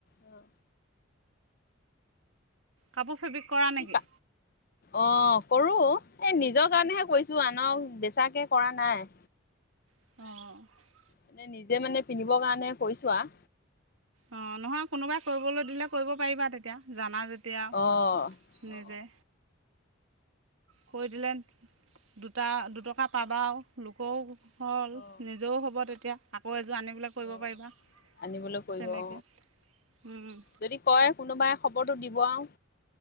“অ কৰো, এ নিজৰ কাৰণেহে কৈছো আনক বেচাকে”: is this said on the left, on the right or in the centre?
Left